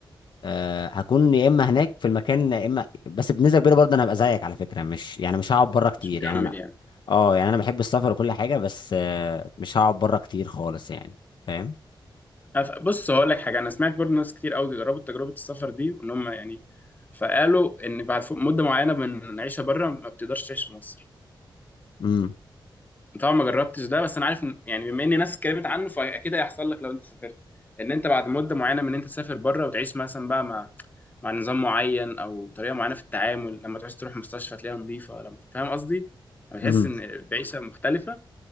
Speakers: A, on the left; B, on the left.
A: أه هكون يا اما هناك في المكان يا اما بس بنسبه كبيره برضه انا هبقى زيك على فكره مش يعني مش هقعد بره كتير
B: مش مكمل
A: يعني انا
B: يعني
A: اه يعني انا بحب السفر وكل حاجه بس أه مش هقعد بره كتير خالص يعني فاهم
B: أف- بص هقول لك حاجه انا سمعت برضه ناس كتير قوي جربوا تجربه السفر دي وان هم يعني فقالوا ان بعد فوق مده معينه من العيشه بره ما بتقدرش تعيش في مصر
A: امم
B: طبعا ما جربتش ده بس انا عارف إن- يعني بما ان ناس اتكلمت عنه فاكيد هيحصل لك لو انت سافرت ان انت بعد مده معينه من ان انت تسافر بره وتعيش مثلا بقى مع مع نظام معين او طريقه معينه في التعامل لما تعوز تروح مستشفى تلاقيها نظيفه لما فاهم قصدي لما
A: امم
B: تحس ان بعيشه مختلفه